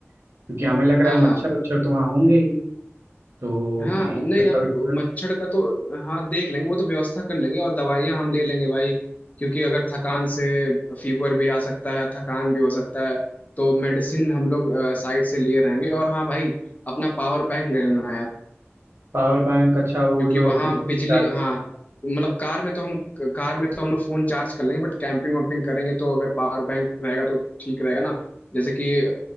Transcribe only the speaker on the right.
क्योंकि हमें लग
रहा है मच्छर
वच्छर तो वहाँ होंगे ही। तो
इन
सब
का भी थोड़ा-
पावर बैंक अच्छा वो
जो
फोन
चार्ज
करना